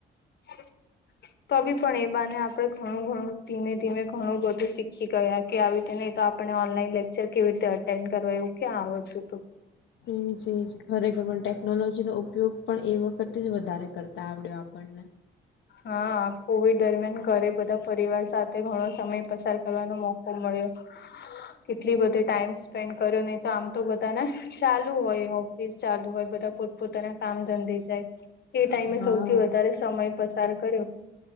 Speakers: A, on the left (about 55°); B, on the left (about 70°).
A: <unintelligible> તો પણ એ બાને આપડણે ઘણું ઘણું ધીમે ધીમે ઘણું બધું શીખી ગયા કે આવી રીતેને તો આપણે ઓનલાઈન લેક્ચર કેવી રીતે અટેન્ડ કરવા એવું ક્યાં આવડતું તુ,
B: એ ખરેખર પણ ટેકનોલોજી નો ઉપયોગ પણ એ વખત વધારે કરતા આવડ્યો આપણને,
A: હા, કોવિડ દરમિયાન ઘરે બધા પરિવાર સાથે ઘણો સમય પસાર કરવાનો મોકો મળ્યો કેટલી બધી ટાઈમ સ્પેન્ડ કર્યો નહિ તો આમ તો બધાને ચાલુ હોય ઓફિસ ચાલુ હોય બધા પોતપોતાના કામ ધંધી જાય. એ ટાઈમે
B: હા
A: સૌથી વધારે સમય પસાર કર્યો,